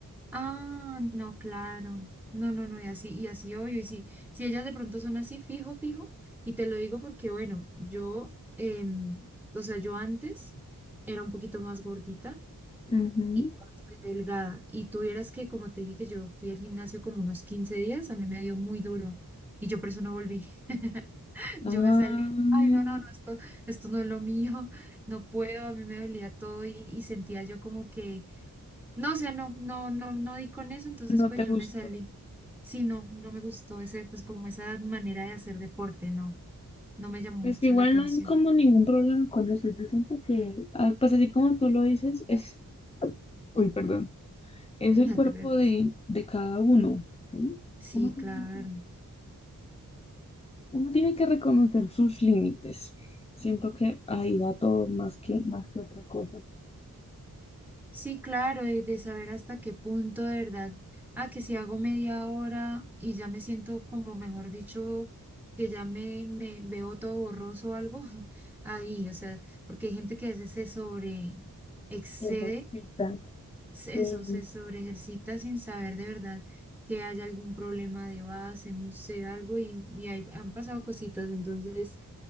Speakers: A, in the centre; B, on the left.
A: Ah, no, claro. No, no, no, y así, y así obvio. Y si, si ellas de pronto son así, fijo, fijo, y te lo digo porque, bueno, yo, em, o sea, yo antes era un poquito más gordita
B: Ujú.
A: y ahora estoy delgada. Y tuvieras que, como te dije, que yo fui al gimnasio como unos 15 días, a mí me dio muy duro. Y yo por eso no volví. <laughs>
B: Ah,
A: Yo me salí, ay, no, no, no, esto, esto no es lo mío, no puedo, a mí me dolía todo y, y sentía yo como que no, o sea, no, no, no, no di con eso,
B: <laughs>
A: entonces
B: no
A: pues
B: te
A: yo
B: gusta.
A: me salí. Sí, no, no me gustó ese, pues como esa manera de hacer deporte, no, no me llamó
B: Es
A: mucho
B: que igual
A: la atención.
B: no hay como ningún problema con eso. Yo siento que, ah, pues así como tú lo dices, es, uy, perdón, es
A: <laughs> No
B: el cuerpo
A: te preocupes.
B: de, de cada uno, ¿sí?
A: Sí,
B: Uno tiene
A: claro.
B: que, uno tiene que reconocer sus límites. Siento que ahí va todo más que, más que otra cosa.
A: Sí, claro, de, de saber hasta qué punto de verdad, ah, que si hago media hora y ya me siento como, mejor dicho, que ya me, me veo todo borroso o algo, <laughs> ahí, o sea, porque hay gente que a veces se sobre excede
B: Ejercita.
A: se-
B: Sí,
A: Eso, se sobreejercita sin saber de verdad que haya algún problema de base, no sé, algo, y, y ahí han pasado cositas, entonces